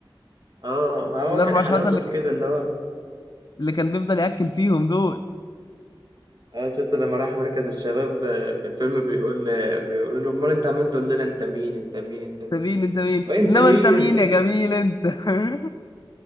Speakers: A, on the right; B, on the left.
A: اه ما هو
B: الأربع
A: كان حلاوته
B: شهادة اللي,
A: في كده ان هو
B: اللي كان بيفضل يأكل فيهم دول
A: اه شفت لما راح مركز الشباب آه، في الفيلم بيقول آه، بيقول له امال انت عمال تقول لنا انت مين انت مين انت مين
B: أنت مين أنت مين
A: وانت
B: إنما
A: مين
B: أنت مين يا جميل أنت <laughs>